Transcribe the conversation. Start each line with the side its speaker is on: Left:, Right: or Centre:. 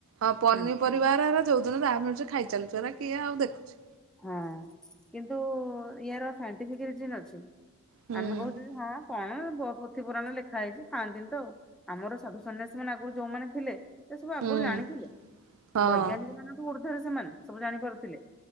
Right: ହଁ ପନି
Centre: ହୁଁ
Right: ପରିବା ହେରା ହେରା ଯୋଉଦିନ ଯାହା ମିଳୁଛି ଖାଇଚାଲିଚୁ ଆମେ, କିଏ ଆଉ ଦେଖୁଛି।
Centre: ହଁ କିନ୍ତୁ, ଇଆର ସାଇଣ୍ଟିଫିକ୍ ରିଜିନ୍ ଅଛି।
Right: ହୁଁ
Centre: ଆମେ କହୁଛୁ ଯେ ହଁ କଣ ବହୁତ୍ ପୋଥି ପୁରାଣ ରେ ଲେଖା ହୋଇଛି। ଖାଆନ୍ତିନି ତ ଆଉ ଆମର ସାଧୁ ସନ୍ନ୍ୟାସୀ ମାନେ ଆଗରୁ ଯଉ ମାନେ ଥିଲେ ସେ ସବୁ ଆଗରୁ
Right: ହୁଁ
Centre: ଜାଣିଥିଲେ
Right: ହଁ
Centre: ବୈଜ୍ଞାନିକ ମାନ ଠୁ ଉର୍ଦ୍ଧରେ ସେମାନେ ସବୁ ଜାଣିପାରୁଥିଲେ।